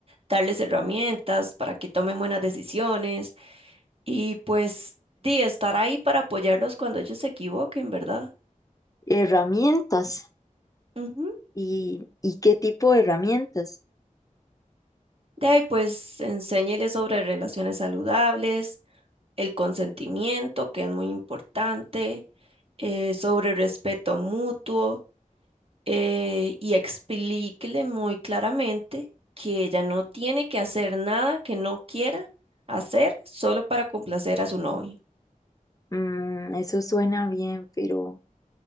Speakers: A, on the right; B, on the left.
A: darles herramientas para que tomen buenas decisiones y pues di, estar ahí para apoyarlos cuando ellos se equivoquen, ¿verdad?
B: herramientas.
A: Ujú.
B: ¿Y, y qué tipo de herramientas?
A: De ahí pues enséñeles sobre relaciones saludables, el consentimiento, que es muy importante, eh, sobre respeto mutuo eh, y explíquele muy claramente que ella no tiene que hacer nada que no quiera hacer solo para complacer a su novio.
B: Mm, eso suena bien, pero,